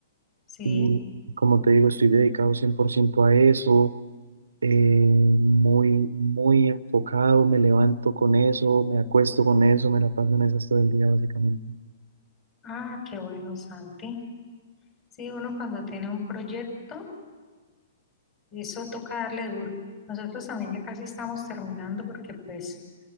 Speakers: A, on the left (about 30°); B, on the right (about 85°).
A: Sí.
B: y como te digo, estoy dedicado 100% a eso. eh, muy, muy enfocado, me levanto con eso, me acuesto con eso, me la paso en esas todo el día, básicamente.
A: Ah, qué bueno, Santi. Sí, uno cuando tiene un proyecto, eso toca darle duro. Nosotros también ya casi estamos terminando porque pues